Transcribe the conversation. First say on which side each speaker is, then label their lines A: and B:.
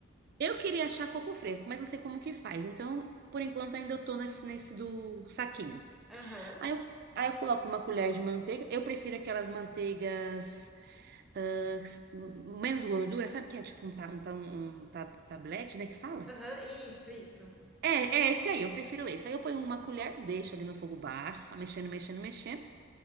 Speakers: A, on the right; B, in the centre.
A: Eu queria achar coco fresco, mas não sei como que faz. Então, por enquanto, ainda eu tô nesse, nesse do saquinho.
B: Aham.
A: Aí eu, aí eu coloco uma colher de manteiga. Eu prefiro aquelas manteigas ah, s- menos gordura, sabe? Que é tipo um, ta, um, ta- um um ta- tablete, né? Que fala?
B: Aham. Isso, isso.
A: É, é esse aí, eu prefiro esse. Aí eu ponho uma colher, deixo ali no fogo baixo, só mexendo, mexendo, mexendo.